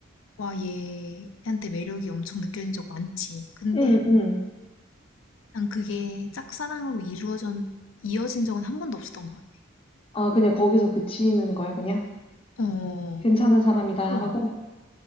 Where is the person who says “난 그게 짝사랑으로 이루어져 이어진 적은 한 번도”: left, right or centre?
Left